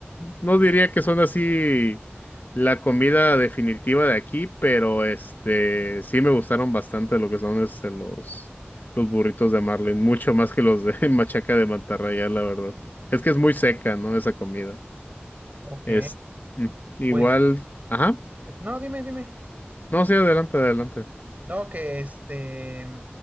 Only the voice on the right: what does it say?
Ok,
pues,
no, dime, dime.
No, que este,